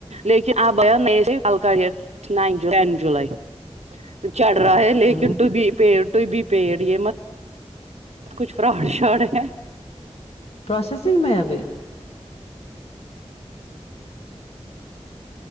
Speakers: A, on the right (about 75°); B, on the left (about 65°).
A: لیکن آپ <unintelligible> date nine July ten July چڑھ رہا ہے لیکن
B: ہوں
A: تو بھی پیڈ ٹو بی پیڈ یہ مت کچھ فراڈ شاڈ ہیں
B: پروسیسنگ میں ابی